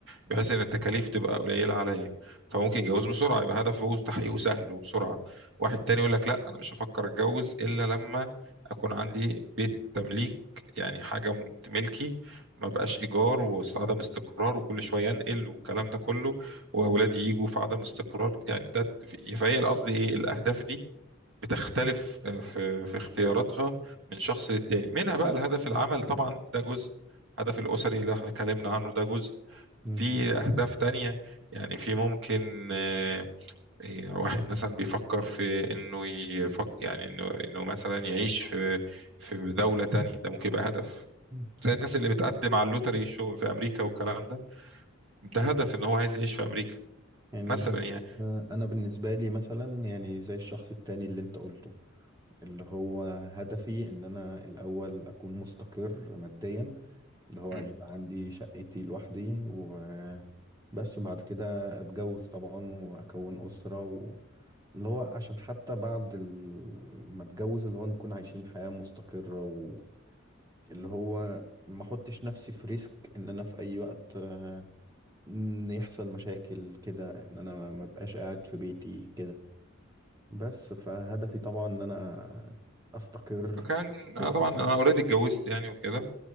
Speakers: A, on the right (about 60°); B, on the right (about 15°).
A: بحيث ان التكاليف تبقى قليله عليا فممكن يتجوز بسرعه يبقى هدفه تحقيقه سهل وبسرعه واحد تاني يقول لك لا انا مش هفكر اتجوز الا لما اكون عندي بيت تمليك يعني حاجه م- ملكي ما بقاش ايجار وعدم استقرار وكل شويه انقل والكلام ده كله واولادي يجوا في عدم استقرار يعني ده فهي قصدي ايه الاهداف دي بتختلف آه، في في اختياراتها من شخص للتاني منها بقى الهدف العمل طبعا ده جزء الهدف الاسري اللي احنا اتكلمنا عنه ده جزء
B: مم.
A: في أهداف تانية يعني في ممكن آه، إيه، واحد مثلا بيفكر في إنه يفك يعني إنه إنه مثلا يعيش في في دولة تانية ده ممكن يبقى هدف
B: مم.
A: زي الناس اللي بتقدم على اللوتري شو في أمريكا والكلام ده ده هدف إن هو عايز يعيش في أمريكا
B: يعني
A: مثلا
B: ب-
A: يعني
B: آه، انا بالنسبه لي مثلا يعني زي الشخص التاني اللي انت قلته اللي هو هدفي ان انا الاول اكون مستقر ماديا اللي هو
A: مم.
B: يبقى عندي شقتي لوحدي وبس بعد كده اتجوز طبعا واكون اسره و... اللي هو عشان حتى بعد ال- ما اتجوز اللي هو نكون عايشين حياه مستقره واللي هو ما احطش نفسي في ريسك ان انا في اي وقت آه، ان يحصل مشاكل كده ان انا ما بقاش قاعد في بيتي كده بس فهدفي طبعا ان انا استقر
A: كان أنا
B: لوحدي
A: طبعا أنا أوريدي اتجوزت يعني وكده